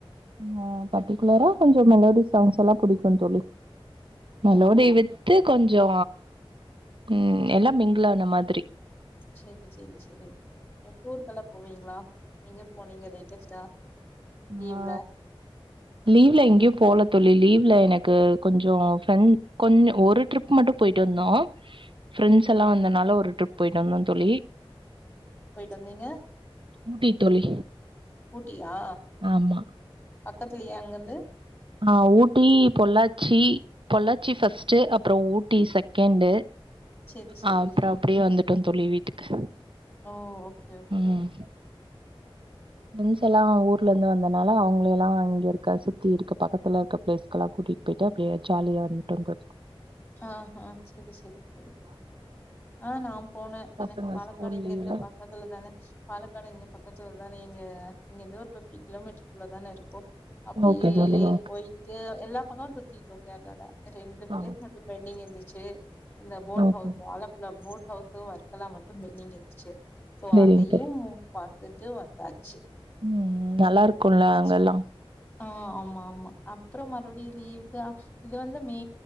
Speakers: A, on the right (about 60°); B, on the left (about 25°).
A: அ பர்டிகுலரா கொஞ்சொ மெலோடி சாங்ஸ் எல்லா புடிக்கு தோழி மெலோடி
B: ஓஹோ
A: வித் <unintelligible> கொஞ்சொ ம் எல்லா மிங்லான மாதிரி
B: சேரி சேரி சேரி என் டூருக்கு எல்லா போவீங்களா எங்க போனீங்க லேட்டஸ்ட்டா
A: அ
B: லீவ்ல
A: லீவ்ல எங்கேயு போல தோழி லீவ்ல எனக்கு கொஞ்சொ ஃப்ரெண்ட் கொஞ்ச ஒரு ட்ரிப் மட்டு போயிட்டு வந்தோ ஃப்ரெண்ட்ஸ்
B: ஓகே
A: எல்லா வந்தனால ஒரு ட்ரிப் போயிட்டு வந்தோ தோழி
B: தந்தீங்க
A: ஊட்டித்தோழி
B: ஊட்டியா
A: ஆமா
B: பக்கத்துலயா அங்கிருந்து
A: அ ஊட்டி பொள்ளாச்சி பொள்ளாச்சி ஃபஸ்ட் அப்றோ ஊட்டி செகண்டு்
B: சேரி சேரி
A: அ அப்புறோ அப்டியே வந்துட்டோ தோழி வீட்டுக்கு
B: ஓ ஓகே ஓகே
A: ம் ரென்ஸ் எல்லா ஊர்ல இருந்து வந்தனால அவுங்கள எல்லா இங்க இருக்க சுத்தி இருக்க பக்கத்துல இருக்க பிளேஸ்கெல்லா கூட்டிட்டு அப்பிட்டா அப்டியே ஜாலியா வந்துட்டோங்க
B: ஆ ஆ சேரி சேரி சேரி ஆ நா போனே
A: பசங்க
B: எனக்கு பாலக்காடு
A: ஸ்கூல்
B: இங்க
A: லீவ்ல
B: இருந்து பக்கதுல தானே பாலக்காடு இங்க பக்கத்துல தானே இங்க இங்கரிந்து ஒரு பிஃப்டி கிலோமீட்டருக்குள்ள தானே இருக்கு அப்டியே
A: ஓகே தோழி ஓகே
B: போயிட்டு எல்லா பக்கம் சுத்திட்டோ கேரளால ரெண்டு
A: ஆ
B: பிளேஸ் மட்டு பெண்டிங் இருந்துச்சு இந்த போர்ட்
A: ஓகே
B: ஹவுஸ் ஆழப் இந்த போட் ஹவுஸ் வர்க்கலா மட்டு பென்டிங் இருந்துச்சு சோ
A: செரிங்க
B: அதையும்
A: தோழி
B: பாத்துட்டு வந்தாச்சு
A: ம் நல்லா
B: என்ஜாய்
A: இருக்குல்ல
B: பண்ணியாச்சு.
A: அங்கெல்லா
B: ஆ ஆமா ஆமா அப்புறோ மறுபடியு லீவுக்கு அ இது வந்து மே